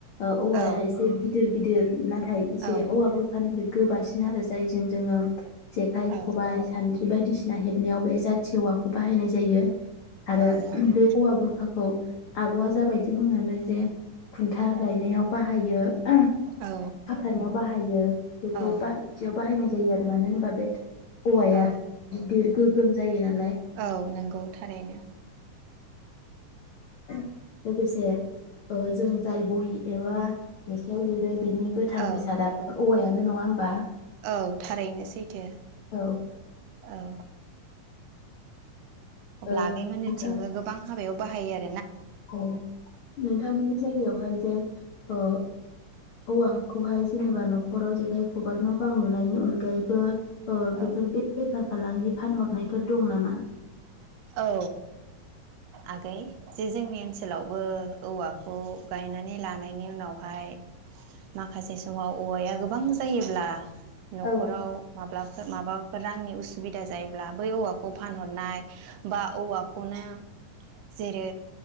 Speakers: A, on the left; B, on the right.
A: औवाया
B: औ
A: एसे गिदिर गिदिर ना थाइ इसे
B: औ
A: औवा बुरखानिफ्राय गोबासिन आरो जायजों जोङो। जेखाइ
B: औ
A: खबाइ सानदि बायदिसिना हेबनायाव बे जाथि औवाखौ बाहायनाय जायो। आरो
B: औ आगै
A: बे औवा बुरखाखौ। खौ आब'आ जाबायदि बुंनानै जे खुन्था गायनायाव बाहायो <unintelligible>
B: औ
A: बाहायो बेखौदियाव
B: औ
A: बाहायनाय जायो। आरो मानो होनोबा बे औवाया
B: औ
A: गिदिर गोगोम जायो ना
B: औ नंगौ थारैनो
A: लोगोसे ओ जों जाय बहि एबा लेखायाव लिरो। बिनि गोथां
B: औ
A: बेसादा औवाया नो नङा होमबा
B: औ थारैनो सैथो
A: औ
B: औ अब्ला
A: ओ
B: आगैमोनथिंबो
A: नोंथां
B: गोबां हाबायाव बाहाय आरो
A: औ नोंथांमोननि जायगायावहाय जे अ औवाखौहाय जेनेबा न'खराव जेखाइ खबाइ न' बांलुनायनि अनगायैबो अ
B: औ
A: बेफोर बेफार फालांगि फानहरनायफोर दं नामा?
B: औ आगै जे जोंनि ओनसोलावबो औवाखौ गायनानै लानायनि उनावहाय माखासे समाव औवाया गोबां जायोब्ला न'खराव
A: औ
B: माब्लाबा माबाफोर रांनि उसुबिदा जायोब्ला बै औवाखौ फानहरनाय। बा औवाखौनो जेरै